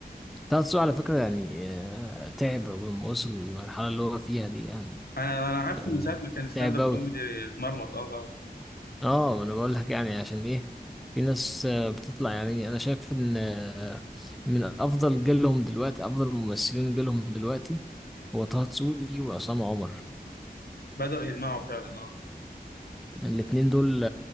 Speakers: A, in the centre; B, on the left.
A: طه دسوقي على فكره يعني آه، تعب اول ما وصل للمرحله اللي هو فيها دي يعني
B: انا انا عارفه
A: آه،
B: من ساعة ما كان ستاند
A: تعب
B: اب
A: قوي
B: كوميدي اتمرمط اه طبعا
A: اه ما انا بقول لك يعني عشان ايه في ناس آه، بتطلع يعني انا شايف ان آه، من افضل جيلهم دلوقتي افضل ممثلين جيلهم دلوقتي هو طه دسوقي وعصام عمر
B: بدأوا يلمعوا فعلا اه
A: الاتنين دول